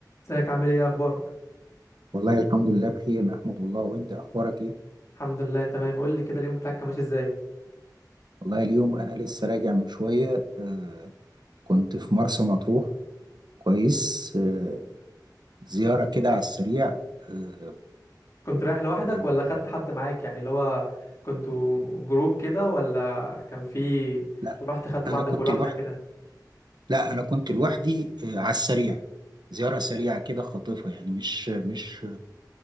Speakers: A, on the left (about 45°); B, on the right (about 75°).
A: ازيك عامل ايه إيه اخبارك
B: والله الحمد لله بخير نحمد الله وانت اخبارك ايه
A: الحمد لله تمام قول لي كده اليوم بتاعك كان ماشي ازاي
B: والله اليوم انا لسه راجع من شوية آه كنت في مرسى مطروح كويس آه زيارة كده على السريع آه
A: كنت رايح لوحدك
B: آه
A: ولا خدت حد معاك يعني اللي هو كنتوا جروب كده ولا كان في
B: لا
A: رحت خدت بعضك
B: انا كنت
A: ولوحدك
B: لوحدي
A: كده
B: لا انا كنت لوحدي آه على السريع زيارة سريعة كده خاطفة يعني مش مش